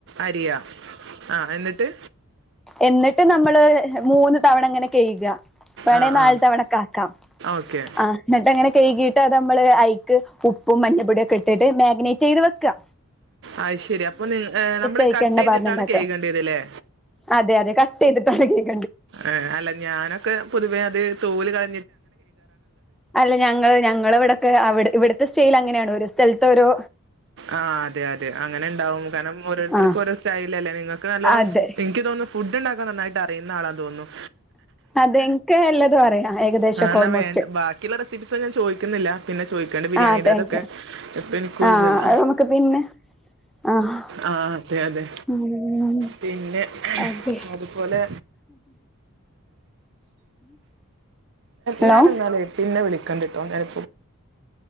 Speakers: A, on the right (about 55°); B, in the centre.
A: അരിയാ ആ എന്നിട്ട്
B: എന്നിട്ട് നമ്മള് മൂന്ന് തവണ അങ്ങനെ കഴിക വേണേ
A: ആ ആ
B: നാല് തവണ കാക്കാം
A: ഓക്കെ
B: ആ എന്നിട്ടങ്ങനെ കഴകിട്ട് അത് നമ്മള് ഐക്ക് ഉപ്പും മഞ്ഞപ്പൊടിയും ഒക്കെ ഇട്ടിട്ട് മാഗിനേറ്റ് ചെയ്ത് വെക്ക്ക
A: അത് ശെരി അപ്പൊ നി നമ്മള്
B: അയിക്ക്
A: കട്ട്
B: എണ്ണ
A: ചെയ്തിട്ടാണ്
B: പാർന്നുണ്ടാക്ക
A: കഴുകേണ്ടിയത് അല്ലെ
B: അതെ <unintelligible>
A: ആ അല്ല ഞാനൊക്കെ പൊതുവേ അത് തോല് കള
B: അല്ല ഞങ്ങള് ഞങ്ങള് ഇവിടെക്കെ ഇവിടത്തെ സ്റ്റേൽ അങ്ങനെയാണ് ഒരു സ്ഥല ത്തൊരു
A: ആ അതെ അതെ അങ്ങനെ ഉണ്ടാവും കാരണം ഓരോരുത്തർക്കും
B: ആഹ്
A: ഓരോ സ്റ്റൈല് അല്ലേ നിങ്ങൾക്ക് നല്ലോ
B: അതെ
A: എനിക്ക് തോന്നുന്നു ഫുഡ് ഒണ്ടാ നന്നായിട്ട് അറിയുന്ന ആളാന്ന് തോന്നും
B: അതെനിക്ക് എല്ലതും അറിയാം ഏകദേശൊക്കെ
A: ആ എന്നാ
B: ഓൾമോസ്റ്റ്
A: വേണ്ട ബാക്കിയുള്ള റെസിപ്പീസ ഞാൻ ചോദി നിക്കുന്നില്ല പിന്നെ ചോദിക്കാണ്ട് ബിരിയാണിയുടെതെക്കെ
B: ആഹ് താങ്ക് യു
A: ഇപ്പം എനിക്ക് ഒഴിവില്ല
B: ആഹ് അത് നമുക്ക് പിന്നെ ആഹ്
A: ആ അതെ അതെ
B: ഉം
A: പിന്നെ
B: അതെ
A: അതുപോലെ
B: ഹലോ
A: ഞാൻഎന്നാലെ പി എന്നെ വിളിക്കാണ്ടട്ടോ ഞാന്